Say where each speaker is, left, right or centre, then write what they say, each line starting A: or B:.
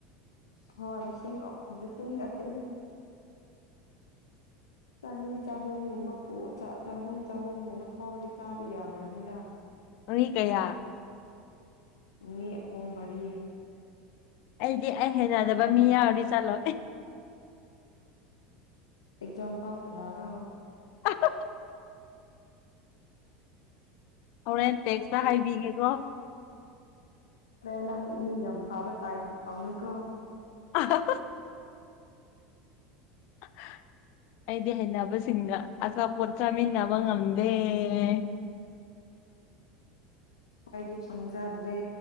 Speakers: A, on the left (about 80°); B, on the left (about 55°).
A: ꯍ ꯂꯤꯁꯤꯡ ꯂꯤꯁꯤꯡ ꯅꯇ
B: <inaudible>
A: ꯆꯅꯤ ꯆꯍꯨꯝꯒꯨꯝꯕ ꯆꯍꯨꯝ ꯆꯍꯨꯝꯒꯨꯝꯕ ꯊꯣꯡꯑꯗꯤ ꯆꯥꯕ ꯌꯥꯈ꯭ꯔꯅꯤꯅ
B: ꯑꯣꯏ ꯀꯌꯥ
A: ꯑꯅꯤ ꯑꯍꯨꯝ ꯃꯔꯤ
B: ꯑꯩꯗꯤ ꯑꯩ ꯍꯟꯅꯖꯕ ꯃꯤ ꯌꯥꯎꯔꯗꯤ ꯆꯠꯂꯣ
A: ꯑꯦꯛꯖꯝ ꯄꯥ ꯀꯅꯥꯅ
B: <inaudible> ꯍꯣꯔꯦꯟ ꯇꯦꯛꯁꯇ ꯍꯥꯏꯕꯤꯒꯦꯀꯣ
A: ꯃ ꯅꯪ ꯃꯤ ꯌꯥꯝꯝꯐꯥꯕ ꯇꯥꯏꯁꯨꯇ ꯑꯣꯅꯨꯀꯣ
B: ꯑ <inaudible> ꯑꯩꯗꯤ ꯍꯩꯅꯕꯁꯤꯡꯒ ꯑꯆꯥꯄꯣꯠ ꯆꯥꯃꯤꯟꯅꯕ ꯉꯝꯗꯦ <inaudible>
A: ꯀꯥꯏꯗꯤ ꯈꯪꯖꯥꯗ꯭ꯔꯦ